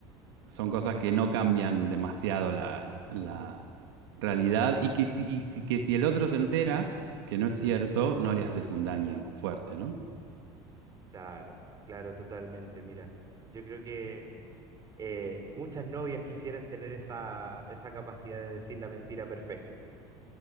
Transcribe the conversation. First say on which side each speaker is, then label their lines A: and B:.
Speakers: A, on the right; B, on the right.
A: son cosas que no cambian demasiado la, la realidad y que si, y si- que si el otro se entera que no es cierto, no le haces un daño fuerte, ¿no?
B: Claro, claro, totalmente. Mira, yo creo que eh, muchas novias quisieran tener esa, esa capacidad de decir la mentira perfecta.